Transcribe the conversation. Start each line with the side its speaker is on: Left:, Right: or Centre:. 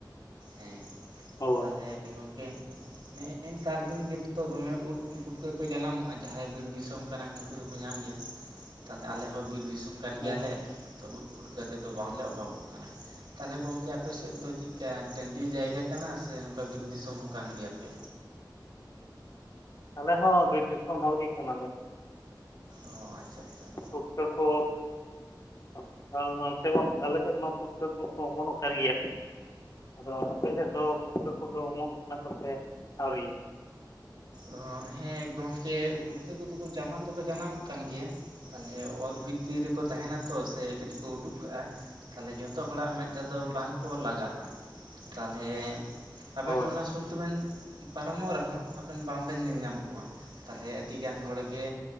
Right: ᱦᱮᱸ
Left: ᱦᱳᱭ
Right: ᱛᱟᱦᱚᱞᱮ ᱜᱚᱝᱠᱮ ᱱᱮᱜ-ᱮ ᱱᱮᱛᱟᱨ ᱫᱤᱱ ᱜᱮᱛᱚ ᱫᱚᱢᱮ ᱩᱫ ᱯᱩᱴᱠᱟᱹ ᱠᱚ ᱡᱟᱱᱟᱢᱚᱜ, ᱚᱭ ᱡᱟᱦᱟᱸᱭ ᱵᱤᱨ ᱫᱤᱥᱚᱢ ᱠᱟᱱᱟ ᱠᱩ ᱩᱱᱠᱩ ᱫᱩᱠᱩ ᱧᱟᱢ ᱜᱤᱭᱟ ᱛᱟᱦᱚᱞᱮ ᱟᱞᱮ ᱦᱚᱸ ᱵᱤᱨ ᱫᱤᱥᱚᱢ ᱠᱟᱱ
Left: ᱦᱩᱸ
Right: ᱜᱤᱭᱟᱞᱮ ᱛᱚ ᱩᱫ ᱯᱩᱴᱠᱟᱹ ᱛᱮᱫᱚ ᱵᱟᱝᱞᱮ ᱚᱵᱷᱟᱵᱚᱜ ᱠᱟᱱᱟ ᱛᱟᱞᱦᱮᱴᱮ ᱜᱚᱝᱠᱮ ᱟᱯᱮ ᱥᱮᱫ ᱫᱚ ᱪᱤᱜᱠᱟ ᱴᱟᱺᱰᱤ ᱡᱟᱭᱜᱟ ᱠᱟᱱᱟ ᱥᱮ ᱱᱚᱝᱠᱟ ᱵᱤᱨ ᱫᱤᱥᱚᱢ ᱦᱚᱸ ᱠᱟᱱ ᱜᱤᱭᱟᱯᱮ?
Left: ᱟᱞᱮ ᱦᱚᱸ ᱵᱤᱨ ᱫᱤᱥᱚᱢ ᱦᱚᱲ ᱜᱤ ᱠᱟᱱᱟ ᱞᱮ᱾
Right: ᱚ ᱟᱪᱪᱷᱟ ᱟᱪᱪᱷᱟ
Left: ᱯᱩᱴᱠᱟᱹ ᱠᱚ ᱟᱯᱮ ᱟᱞ ᱱᱚᱛᱮ ᱦᱚᱸ ᱟᱞᱮᱥᱮᱫ ᱱᱚ ᱯᱩᱴᱠᱟᱹ ᱠᱚ ᱠᱚ ᱦᱚᱯᱚᱱᱚᱜ ᱠᱟᱱ ᱜᱤᱭᱟ ᱟᱫᱚ ᱟᱯᱮᱥᱮᱜ ᱫᱚ ᱯᱩᱴᱠᱟᱹ ᱠᱚᱫᱚ ᱚᱢᱚᱱᱚᱜ ᱠᱟᱱᱟ ᱠᱚ ᱥᱮ ᱟᱹᱣᱨᱤ?
Right: ᱚ ᱦᱮᱸ ᱜᱚᱝᱠᱮ ᱯᱩᱴᱠᱟᱹ ᱠᱩᱫᱚ ᱠᱩ ᱡᱟᱱᱟᱢ ᱫᱚᱠᱚ ᱡᱟᱱᱟᱢᱚᱜ ᱠᱟᱱ ᱜᱤᱭᱟ᱾ ᱛᱟᱞᱦᱮ ᱚᱛ ᱵᱷᱤᱛᱤᱨ ᱨᱮᱠᱚ ᱛᱟᱦᱮᱱᱟ ᱛᱚ ᱥᱮ ᱠᱟᱹᱴᱤᱡ ᱠᱚ ᱩᱴᱩᱜ ᱠᱟᱜ-ᱟ ᱛᱟᱦᱚᱞᱮ ᱡᱚᱛᱚ ᱦᱚᱲᱟᱜ ᱢᱮᱸᱫ ᱨᱮᱫᱚ ᱵᱟᱝᱠᱚ ᱞᱟᱜᱟᱜ-ᱟ ᱛᱟᱦᱚᱞᱮ ᱟᱵᱮᱱ
Left: ᱦᱳᱭ
Right: ᱚᱱᱟ ᱥᱩᱨ ᱛᱮᱵᱮᱱ ᱯᱟᱨᱚᱢᱚᱜ ᱨᱮᱦᱚᱸ ᱟᱵᱮᱱ ᱵᱟᱝᱵᱮᱱ ᱧᱮᱞ ᱧᱟᱢ ᱠᱩᱣᱟ ᱛᱟᱦᱚᱞᱮ ᱟᱹᱰᱤᱜᱟᱱ ᱦᱚᱲᱜᱮ